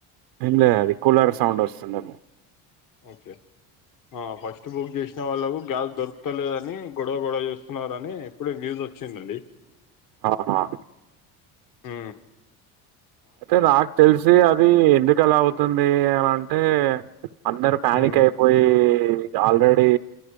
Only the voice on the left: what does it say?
ఓకే ఫస్ట్ బుక్ చేసిన వాళ్ళకు గ్యాస్ దొరుకుతలేదని గొడవ గొడవ చేస్తున్నని ఎప్పుడే వ్యూస్ వచ్చిందండి
ఊ
ఉమ్